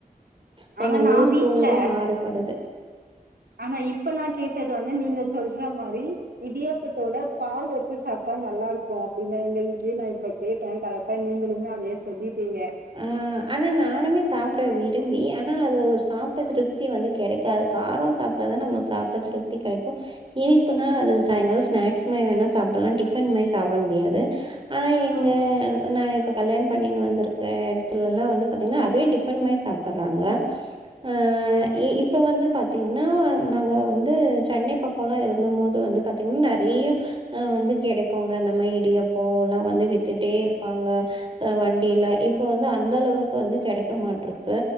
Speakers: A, on the right; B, on the right.
A: கொஞ்சோ
B: ஆனா நா
A: ஊருக்கு
B: வீட்ல
A: ஊரு மாறுபடுது
B: ஆனா இப்ப நா கேட்டது வந்து நீங்க சொல்ற மாரி இடியாப்பத்தோட பால் வச்சு சாப்ட்டா நல்லாருக்கோ அப்டின்னு எங்க வீட்லயு நா இப்ப கேட்டே கரெக்டா நீங்களுமே அதயே சொல்லிட்டீங்கெ
A: அ ஆனா நானுமே சாப்டுவே விரும்பி ஆனா அது ஒரு சாப்ட்ட திருப்தி வந்து கெடைக்காது காரோ சாப்ட்டா தா நம்மளுக் சாப்ட்ட திருப்தி கெடைக்கு இனிப்புனா அது சாய்ங்காலோ ஸ்நாக்ஸ் மாரி வேணா சாப்புட்லா டிஃபன் மாரி சாப்ட முடியாது ஆனா எங்க
B: ஆமா
A: நா இப்ப கல்யாணொ பண்ணினு வந்துரு எடத்துலல்லா வந்து பாத்திங்கன்னா அதுவே டிஃபன் மாதி சாப்புட்றாங்க அ இப்ப வந்து பாத்திங்னா நாங்க வந்து சென்னை பக்கோல்லா இருந்தம்போது வந்து பாத்திங்னா நெறைய அ வந்து கெடைக்கொங்க அந்த மாதி இடியாப்போ எல்லா வந்து வித்துட்டே இருப்பாங்க அ வண்டில இப்ப வந்து அந்த அளவுக்கு வந்து கெடைக்க மாட்ருக்கு